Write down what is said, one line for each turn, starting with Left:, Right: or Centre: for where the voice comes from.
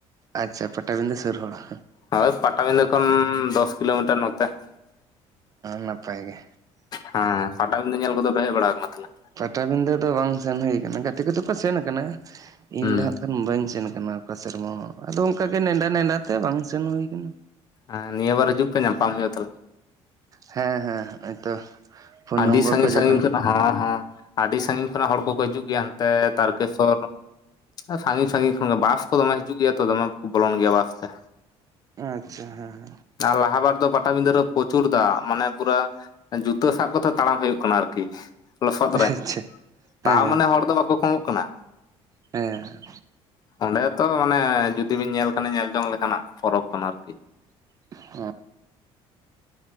Right: ᱟᱪᱪᱷᱟ ᱯᱟᱴᱟ ᱵᱤᱸᱫᱟᱹ ᱥᱳᱨ ᱦᱚᱲ ᱾
Left: ᱦᱳᱭ ᱯᱟᱴᱟᱵᱤᱱᱫᱟᱹ ᱠᱷᱚᱱ ᱫᱚᱥ ᱠᱤᱞᱳᱢᱤᱴᱟᱨ ᱱᱚᱛᱮ ᱾
Right: ᱱᱟᱯᱟᱭ ᱜᱮ
Left: ᱦᱮᱸ ᱯᱟᱴᱟ ᱵᱤᱸᱫᱟᱹ ᱧᱮᱞ ᱠᱚᱫᱚ ᱯᱮ ᱦᱮᱡ ᱵᱟᱲᱟ ᱟᱠᱟᱱᱟ ᱛᱟᱦᱚᱞᱮ?
Right: ᱯᱟᱴᱟ ᱵᱤᱸᱫᱟᱹ ᱫᱚ ᱵᱟᱝ ᱥᱮᱱ ᱦᱩᱭ ᱟᱠᱟᱱᱟ ᱜᱟᱛᱮ ᱠᱚᱫᱚ ᱠᱚ ᱥᱮᱱ ᱟᱠᱟᱱᱟ ᱤᱧ
Left: ᱦᱩᱸ
Right: ᱫᱚ ᱦᱟᱸᱜ <unintelligible> ᱵᱟᱹᱧ ᱥᱮᱱ ᱟᱠᱟᱱᱟ ᱚᱠᱟ ᱥᱮᱨᱢᱟ ᱦᱚᱸ ᱟᱫᱚ ᱚᱱᱠᱟ ᱜᱮ ᱱᱮᱸᱰᱟ ᱱᱮᱸᱰᱟ ᱛᱮ ᱵᱟᱝ ᱥᱮᱱ ᱦᱩᱭ ᱟᱠᱟᱱᱟ
Left: ᱦᱮᱸ ᱱᱤᱭᱟᱹ ᱵᱟᱨ ᱦᱤᱡᱩᱜ ᱯᱮ ᱧᱟᱯᱟᱢ ᱦᱩᱭᱩᱜᱼᱟ ᱛᱟᱦᱚᱞᱮ
Right: ᱦᱮᱸ ᱦᱮᱸ ᱦᱚᱜᱼᱚᱭ ᱛᱚ ᱯᱷᱳᱱ
Left: ᱟᱹᱰᱤ
Right: ᱱᱚᱢᱵᱚᱨ
Left: ᱥᱟᱺᱜᱤᱧ
Right: ᱠᱚ
Left: ᱥᱟᱺᱜᱤᱧ
Right: ᱡᱚᱠᱷᱚᱱ
Left: ᱠᱷᱚᱱᱟᱜ ᱦᱚᱸ ᱦᱚᱸ ᱟᱹᱰᱤ ᱥᱟᱺᱜᱤᱧ ᱠᱷᱚᱱᱟᱜ ᱦᱚᱲ ᱠᱚᱠᱚ ᱦᱤᱡᱩᱜ ᱜᱮᱭᱟ ᱦᱟᱱᱛᱮ ᱛᱟᱨᱠᱮᱥᱚᱨ ᱥᱟᱺᱜᱤᱧ ᱥᱟᱺᱜᱤᱧ ᱠᱷᱚᱱ ᱜᱮ ᱵᱟᱥ ᱠᱚ ᱫᱚᱢᱮ ᱦᱤᱡᱩᱜ ᱜᱮᱭᱟ ᱛᱚ ᱫᱚᱢᱮ ᱵᱚᱞᱚᱱ ᱜᱮᱭᱟ ᱵᱟᱥ ᱛᱮ
Right: ᱟᱪᱪᱷᱟ ᱦᱮᱸ ᱦᱮᱸ
Left: ᱟᱨ ᱞᱟᱦᱟ ᱵᱟᱨ ᱫᱚ ᱯᱟᱴᱟ ᱵᱤᱸᱫᱟᱹ ᱨᱮ ᱯᱨᱚᱪᱩᱨ ᱫᱟᱜ ᱢᱟᱱᱮ ᱯᱩᱨᱟᱹ ᱡᱩᱛᱟᱹ ᱥᱟᱵ <unintelligible> ᱛᱚ ᱛᱟᱲᱟᱢ ᱦᱩᱭᱩᱜ ᱠᱟᱱᱟ ᱟᱨ ᱠᱤ ᱞᱚᱥᱚᱫ
Right: ᱦᱮᱸ
Left: ᱨᱮ
Right: ᱟᱪᱪᱷᱟ ᱦᱮᱸ
Left: ᱛᱟᱣ ᱢᱟᱱᱮ ᱦᱚᱲ ᱫᱚ ᱵᱟᱠᱚ ᱠᱚᱢᱚᱜ ᱠᱟᱱᱟ
Right: ᱦᱮᱸ
Left: ᱚᱸᱰᱮ ᱛᱚ ᱢᱟᱱᱮ ᱡᱚᱫᱤ ᱵᱤᱱ ᱧᱮᱞ ᱠᱟᱱᱮ ᱧᱮᱞ ᱡᱚᱝ ᱞᱮᱠᱟᱱᱟᱜ ᱯᱚᱨᱚᱵᱽ ᱠᱟᱱᱟ ᱟᱨ ᱠᱤ
Right: <inaudible>